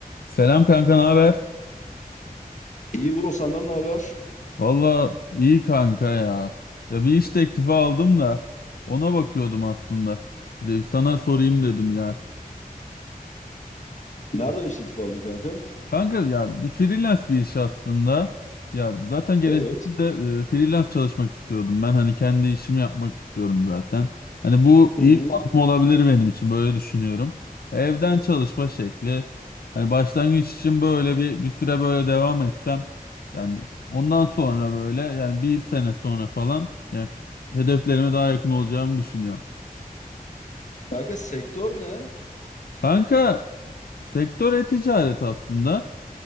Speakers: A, on the left (about 85°); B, on the left (about 55°).
A: Selam kanka, ne haber?
B: İyi bro senden ne haber?
A: Valla iyi kanka ya. Ya bir iş teklifi aldım da ona bakıyordum aslında. Size bir Sana sorayım dedim ya.
B: Nereden iş teklifi aldın kanka?
A: Kanka ya bir freelance bir iş aslında. Ya zaten gelecekte
B: Evet.
A: de e, freelance çalışmak istiyordum. Ben hani kendi işimi yapmak istiyorum zaten. Hani bu
B: Hı
A: iyi
B: hı.
A: bir adım olabilir benim için böyle düşünüyorum. Evden çalışma şekli. Hani başlangıç için böyle bir bir süre böyle devam etsem yani ondan sonra böyle yani bir sene sonra falan yani hedeflerime daha yakın olacağımı düşünüyorum.
B: Kanka sektör ne?
A: Kanka sektör e-ticaret aslında.